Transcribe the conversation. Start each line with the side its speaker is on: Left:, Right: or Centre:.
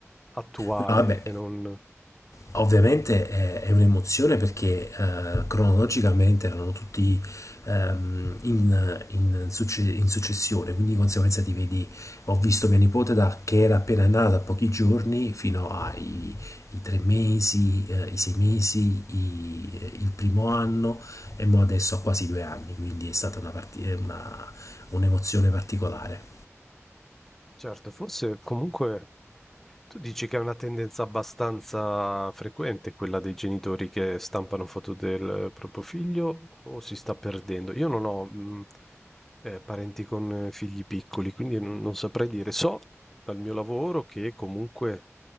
Centre: attuale
Left: No, vabbè,
Centre: e non...
Left: Ovviamente è, è un'emozione perché eh, cronologicamente erano tutti ehm, in, in succe- in successione, quindi di conseguenza ti vedi, ho visto mia nipote da che era appena nata, pochi giorni, fino ai i tre mesi, eh, i sei mesi, i- il primo anno e mo adesso ha quasi due anni, quindi è stata una parti- è una- un'emozione particolare.
Centre: Certo, forse comunque Tu dici che è una tendenza abbastanza frequente quella dei genitori che stampano foto del proprio figlio o si sta perdendo? Io non ho mh, eh, parenti con eh, figli piccoli, quindi non, non saprei dire. So dal mio lavoro che comunque